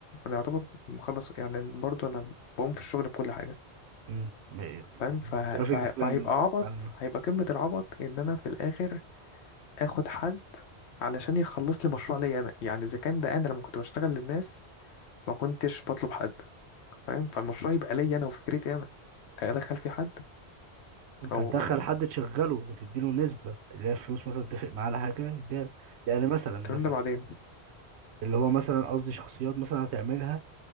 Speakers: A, on the left; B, on the right.
A: أنا يعتبر مخلص يعني برضو أنا بقوم في الشغل بكل حاجة
B: مم. م- الجرافيك
A: فاهم ف... ف... فهيبقى
B: ديزاينر
A: عبط
B: بتاع-
A: هيبقى قمة العبط إن أنا في الآخر آخد حد علشان يخلص لي مشروع ليا أنا يعني إذا كان ده أنا لما كنت بشتغل للناس ما كنتش بطلب حد فاهم فالمشروع يبقى ليا أنا وفكرتي أنا أدخل فيه حد
B: أنت
A: أو
B: هتدخل حد تشغله وتديله نسبة اللي هي فلوس مثلا تتفق معاه على حاجة يديها يعني مثلا
A: الكلام
B: مثلا
A: ده بعدين
B: اللي هو مثلا قصدي شخصيات مثلا هتعملها